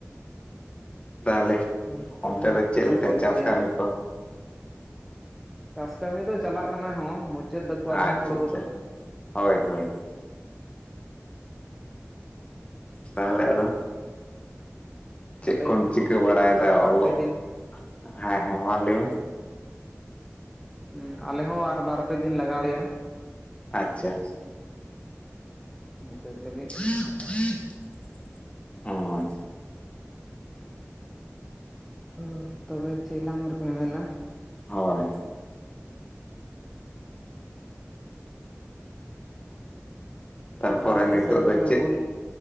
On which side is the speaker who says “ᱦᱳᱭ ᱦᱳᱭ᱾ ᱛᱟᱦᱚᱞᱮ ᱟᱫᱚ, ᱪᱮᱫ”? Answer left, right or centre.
Left